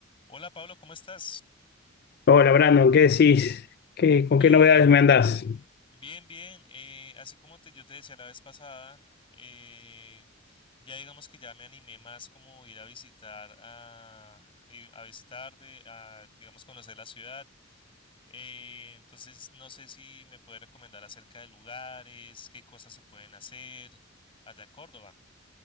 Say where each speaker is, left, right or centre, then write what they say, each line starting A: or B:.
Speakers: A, on the left; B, on the left.
A: Hola Pablo, ¿cómo estás?
B: Hola Brandon, ¿qué decís? ¿Qué- con
A: Bien,
B: qué novedades me andás?
A: bien, bien. Eh, así como te, yo te decía la vez pasada, eh, ya digamos que ya me animé más como ir a visitar a, ir a visitarte, a digamos conocer la ciudad. Eh, entonces no sé si me puedes recomendar acerca de lugares, qué cosas se pueden hacer allá en Córdoba.